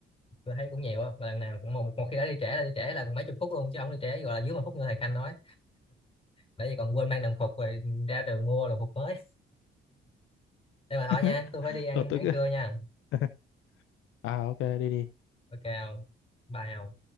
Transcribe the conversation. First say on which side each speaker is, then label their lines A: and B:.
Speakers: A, on the left; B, on the left.
A: tôi thấy cũng nhiều á và lần nào cũng một, một khi đã đi trễ là đi trễ là mấy chục phút luôn chứ không đi trễ gọi là dưới một phút như thầy Khanh nói bởi vì còn quên mang đồng phục rồi ra trường mua đồng phục mới <laughs> đây
B: <laughs>
A: mà thôi nha tôi phải đi ăn
B: ờ tôi
A: ăn
B: cứ
A: trưa nha
B: <laughs> à ok đi đi
A: ok không bye không